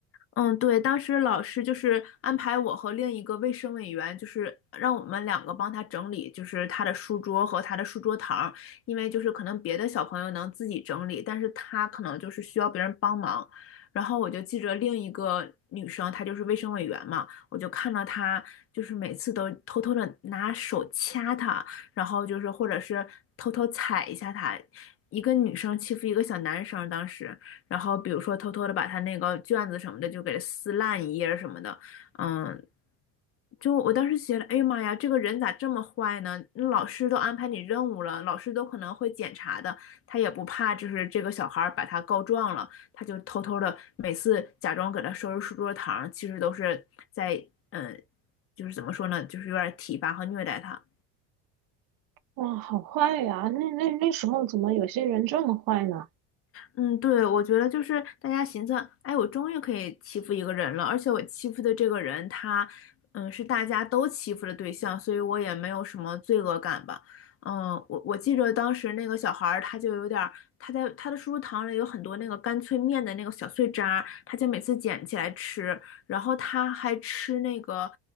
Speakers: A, on the left (about 35°); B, on the right (about 55°).
A: 嗯，对，当时老师就是安排我和另一个卫生委员，就是让我们两个帮他整理，就是他的书桌和他的书桌堂儿，因为就是可能别的小朋友能自己整理，但是他可能就是需要别人帮忙。然后我就记着另一个女生，她就是卫生委员嘛，我就看到她就是每次都偷偷的拿手掐他，然后就是或者是偷偷踩一下他，一个女生欺负一个小男生，当时。然后比如说偷偷的把他那个卷子什么的就给撕烂一页什么的，嗯，就我当时觉得，哎呀妈呀，这个人咋这么坏呢？那老师都安排你任务了，老师都可能会检查的，他也不怕就是这个小孩儿把他告状了，他就偷偷的每次假装给他收拾书桌堂，其实都是在嗯，就是怎么说呢，就是有点体罚和虐待他。
B: 哇，好坏呀！那那那时候怎么有些人这么坏呢？
A: 嗯，对，我觉得就是大家寻思，哎，我终于可以欺负一个人了，而且我欺负的这个人他，嗯，是大家都欺负的对象，所以我也没有什么罪恶感吧。嗯，我我记得当时那个小孩儿，他就有点儿，他在他的叔叔堂里有很多那个干脆面的那个小碎渣儿他就每次捡起来吃，然后他还吃那个